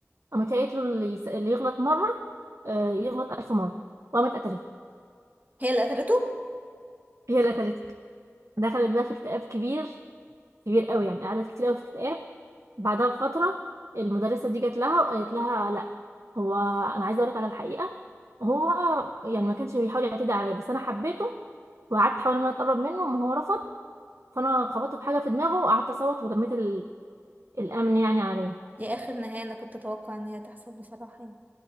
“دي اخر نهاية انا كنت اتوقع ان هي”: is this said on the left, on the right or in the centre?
Right